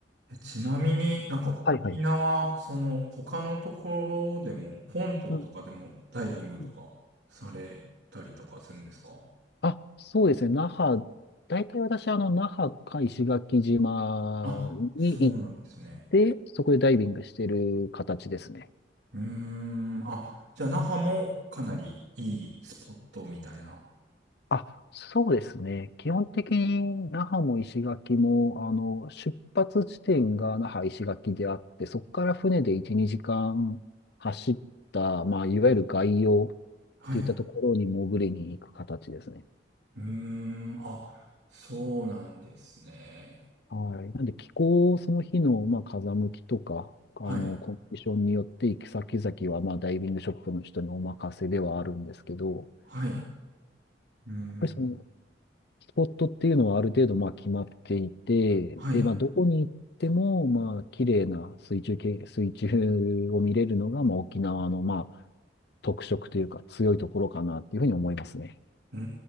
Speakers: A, on the right (about 70°); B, on the left (about 65°).
A: えちなみになんか沖縄、
B: はいはい。
A: その他のところでも、本島とかでもダイビングとかされたりとかするんですか
B: うんうんあ、そうですね。那覇、大体私、あの、那覇か石垣島に行っ
A: あ、そうなんですね。
B: て、そこでダイビングしてる形ですね。
A: うーん、あ、じゃあ那覇もかなりいいスポットみたいな。
B: あ、そうですね。基本的に那覇も石垣も、あの、出発地点が那覇石垣であって、そこから船で1、2時間走った、まあ、いわゆる外洋っ
A: はい。
B: ていったところに潜りに行く形ですね。
A: うーん、あ、そうなんですね。
B: はい。なんで気候、その日の、まあ、風向きとか、あの、
A: はい。
B: コンディションによって行き先々は、まあ、ダイビングショップの人にお任せではあるんですけど、
A: はい。うーん。
B: やっぱりそのスポットっていうのはある程度まあ決まっていて、
A: はい。
B: で、まあどこに行ってもまあ綺麗な水中け、水中を見れるのがまあ沖縄のまあ特色というか強いところかなっていうふうに思いますね。
A: うー